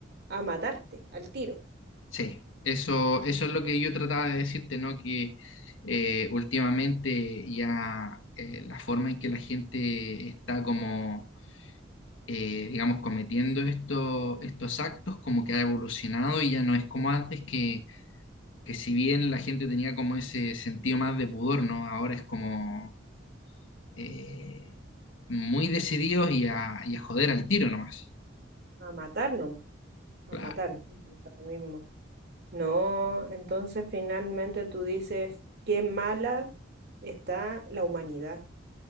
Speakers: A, on the right (about 60°); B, on the left (about 85°).
A: a matarte al tiro,
B: Sí, eso, eso es lo que yo trataba de decirte, ¿no? Que eh, últimamente ya eh, la forma en que la gente está como, eh, digamos, cometiendo esto- estos actos, como que ha evolucionado y ya no es como antes que, que si bien la gente tenía como ese sentido más de pudor, ¿no? Ahora es como eh, muy decididos y a, y a joder al tiro nomás.
A: a matar nomás, a
B: Claro,
A: matar, da lo mismo. No, entonces finalmente tú dices, qué mala está la humanidad,